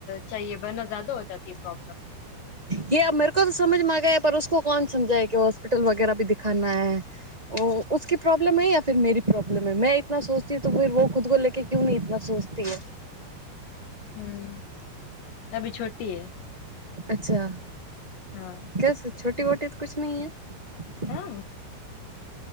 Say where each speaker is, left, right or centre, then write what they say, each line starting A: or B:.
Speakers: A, on the left (about 85°); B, on the right (about 40°).
A: ચએ વરના જ્યાદા હો જતી એ પ્રોબ્લમ
B: હ મેરે કો તો સમજમાં ગયા પરકો કોણ સમજા કે હોસ્પિટલ વગેરા ભી દિખાૈ <unintelligible> પ્રમ યા મેરી પ્રોબ્લમ હ મેં ત સોચતી હુ, તો ફ વો ખુદ કો લે કે ક્યુ નહીનેતના સોચતી
A: હમ અભી છોટી હૈ
B: અચ્છા
A: હા
B: કેસ છોટી વોટી તો કુછ નહીં હૈ
A: હમ